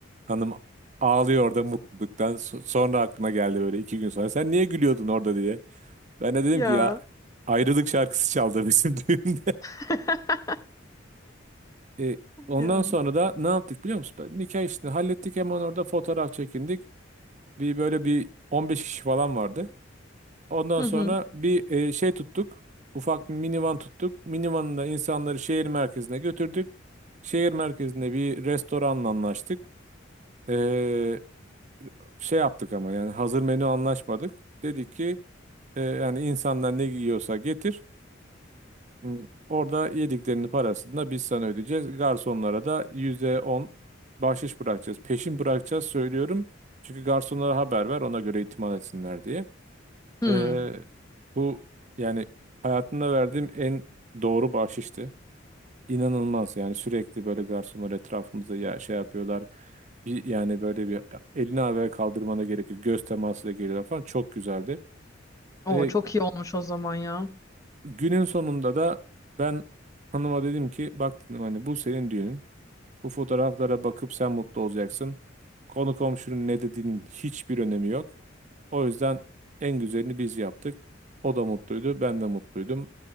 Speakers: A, on the right; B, on the left.
A: Hanım ağlıyor orada mutluluktan So- sonra aklına geldi böyle iki gün sonra sen niye gülüyordun orada diye. Ben de dedim
B: ya.
A: ki ya ayrılık şarkısı çaldı bizim <laughs> düğünde.
B: <laughs>
A: E, ondan
B: Yani.
A: sonra da ne yaptık biliyor musun? Ben Nikah işini hallettik hemen orada fotoğraf çekindik. Bir böyle bir 15 kişi falan vardı. Ondan
B: Hı
A: sonra
B: hı.
A: bir e, şey tuttuk. Ufak bir minivan tuttuk. Minivanında insanları şehir merkezine götürdük. Şehir merkezinde bir restoranla anlaştık. E, şey yaptık ama yani hazır menü anlaşmadık. Dedik ki e, yani insanlar ne yiyorsa getir. Hmm, Orada yediklerinin parasını da biz sana ödeyeceğiz. Garsonlara da %10 bahşiş bırakacağız. Peşin bırakacağız söylüyorum. Çünkü garsonlara haber ver ona göre itimat etsinler diye.
B: Hı.
A: Ee, bu yani hayatımda verdiğim en doğru bahşişti. İnanılmaz yani sürekli böyle garsonlar etrafımızda ya şey yapıyorlar. Bir, yani böyle bir elini havaya kaldırmana gerek yok. Göz teması da geliyorlar falan. Çok güzeldi.
B: O
A: E,
B: çok iyi olmuş o zaman ya.
A: günün sonunda da ben hanıma dedim ki bak dedim hani bu senin düğünün. Bu fotoğraflara bakıp sen mutlu olacaksın. Konu komşunun ne dediğinin hiçbir önemi yok. O yüzden en güzelini biz yaptık. O da mutluydu, ben de mutluydum.